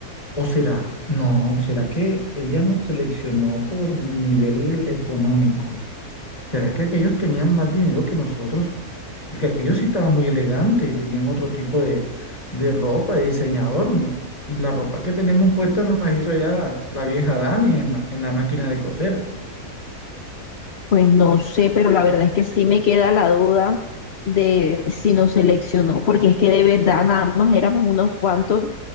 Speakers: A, on the left; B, on the left.
A: o será, no, será que ella nos seleccionó por nivel económico. ¿Será que aquellos tenían más dinero que nosotros? porque aquellos sí estaban muy elegantes y tenían otro tipo de, de ropa, de diseñador. La ropa que tenemos puesta nos la hizo allá la vieja Dani en la, en la máquina de coser.
B: Pues no sé, pero la verdad es que sí me queda la duda de si nos seleccionó, porque es que de verdad nada más éramos unos cuantos